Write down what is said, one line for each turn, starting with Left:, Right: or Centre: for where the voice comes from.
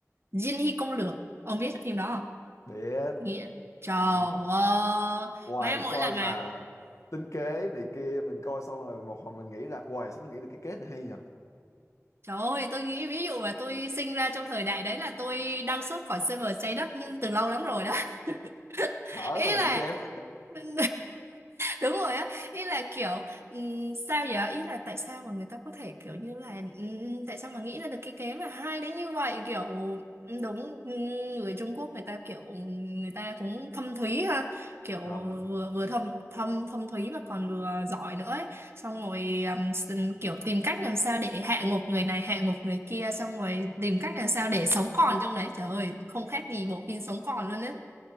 Right: Diên Hy Công Lược ông biết phim đó không
Left: biết
Right: nghĩa trời
Left: ừ.
Right: ơi
Left: Hoài
Right: má mỗi
Left: coi
Right: lần
Left: mà
Right: mà
Left: tính kế này kia mình coi xong rồi một hồi mình nghĩ ra hoài sao nó nghĩ được cái kết này hay nhờ
Right: trời ơi tôi nghĩ ví dụ mà tôi sinh ra trong thời đại đấy là tôi đăng xuất khỏi server trái đất từ lâu lắm rồi đó <laughs>
Left: thở
Right: ý
Left: thôi là
Right: là
Left: bị chém
Right: <laughs> đúng rồi á ý là kiểu ừm, sao vậy ý là tại sao mà người ta có thể kiểu như là ừm, tại sao mà nghĩ ra được cái kế mà hay đến như vậy kiểu ừm, đúng ừm, người Trung Quốc người ta kiểu ừm, người ta cũng thâm thúy ha kiểu
Left: hầm
Right: vừa vừa thâm thâm thâm thúy mà còn vừa giỏi nữa ấy. xong rồi ừm, s- kiểu tìm cách làm sao để hạ gục người này hạ gục người kia xong rồi tìm cách làm sao để sống còn trong đấy trời ơi không khác gì bộ phim sống còn luôn á